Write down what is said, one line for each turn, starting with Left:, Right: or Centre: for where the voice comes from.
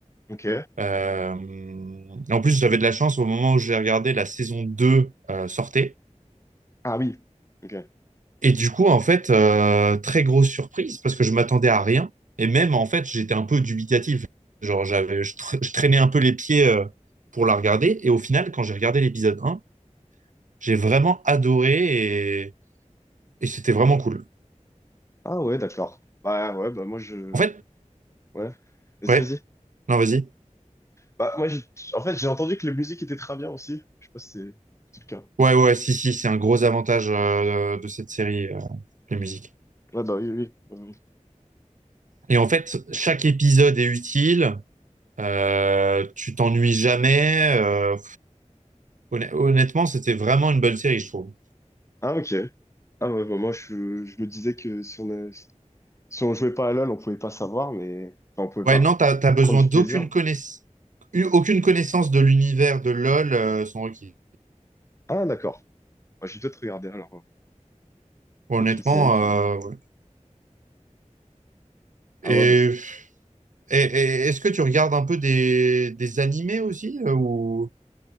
Left: ok.
Right: Euh, en plus, j'avais de la chance au moment où j'ai regardé la saison 2 euh, sortait.
Left: Ah oui, ok.
Right: Et du coup, en fait, euh, très grosse surprise parce que je m'attendais à rien. Et même, en fait, j'étais un peu dubitatif. Genre, j'avais, je, tra- je traînais un peu les pieds euh, pour la regarder. Et au final, quand j'ai regardé l'épisode 1, j'ai vraiment adoré et, et c'était vraiment cool.
Left: Ah ouais, d'accord. Bah ouais, bah moi, je...
Right: En fait,
Left: Ouais, vas-y,
Right: ouais,
Left: vas-y.
Right: non, vas-y.
Left: Bah moi, j'ai- en fait, j'ai entendu que la musique était très bien aussi. Je sais pas si c'est c'est le cas.
Right: Ouais, ouais, si, si, c'est un gros avantage euh, de cette série, euh, les musiques.
Left: Ouais, bah oui, oui, oui.
Right: Et en fait, chaque épisode est utile. Euh, tu t'ennuies jamais. euh, honn- honnêtement, c'était vraiment une bonne série, je trouve.
Left: Ah ok. Ah ouais, bah, moi je, je me disais que si on a- si on jouait pas à LoL, on pouvait pas savoir, mais enfin, on pouvait
Right: Ouais,
Left: pas
Right: non, t'as, t'as besoin
Left: prendre du
Right: d'aucune
Left: plaisir.
Right: connaiss- eu- aucune connaissance de l'univers de LoL euh, sont requises.
Left: Ah d'accord. Bah, je vais peut-être regarder alors. hein.
Right: Honnêtement,
Left: Peut-être une série qui.
Right: euh, ouais.
Left: Ah
Right: et,
Left: ouais, bah, c'est-
Right: et- et est-ce que tu regardes un peu des, des animés aussi euh, ou...